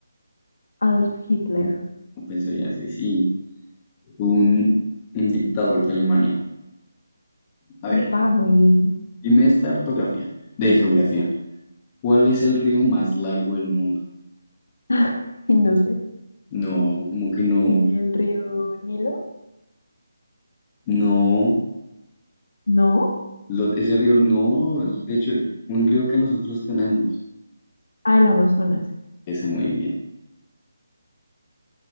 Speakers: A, on the left; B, on the left.
A: Adolf Hitler?
B: Pues ya sé, sí. un, un dictador de Alemania. A ver,
A: Upa, muy bien.
B: dime esta ortografía de geografía. ¿Cuál es el río más largo del mundo?
A: <laughs> No sé.
B: No, como que no,
A: ¿El río Nilo?
B: no,
A: No.
B: lo- ese río, no, de hecho, un río que nosotros tenemos.
A: Ah, el Amazonas.
B: Ese muy bien.